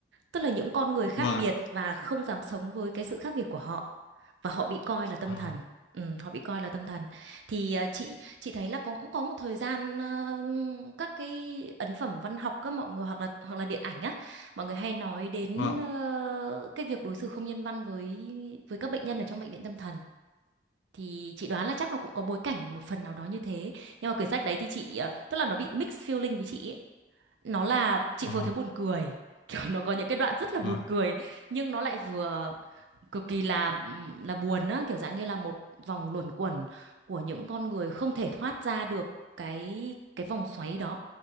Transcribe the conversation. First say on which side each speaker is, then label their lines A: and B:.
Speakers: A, on the right; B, on the left.
A: tức là những con người khác
B: vâng
A: biệt
B: ạ
A: và không dám sống với cái sự khác biệt của họ và họ bị coi là tâm
B: Ờ,
A: thần ừ, họ bị coi là tâm thần thì ờ, chị chị thấy là có- cũng có một thời gian ờ, các cái ấn phẩm văn học các mọi người hoặc là hoặc là điện ảnh á mọi người hay nói đến
B: vâng
A: ờ, cái việc đối xử không nhân văn với với các bệnh nhân ở trong bệnh viện tâm thần thì chị đoán là chắc nó cũng có bối cảnh một phần nào đó như thế nhưng mà quyển sách đấy thì chị ờ, tức là nó bị mixed feeling với chị ấy nó là chị
B: Ờ,
A: vừa thấy buồn cười kiểu nó có những cái đoạn rất là buồn
B: vâng
A: cười nhưng nó lại vừa cực kỳ là là buồn á kiểu dạng như là một vòng luẩn quẩn của những con người không thể thoát ra được cái cái vòng xoáy đó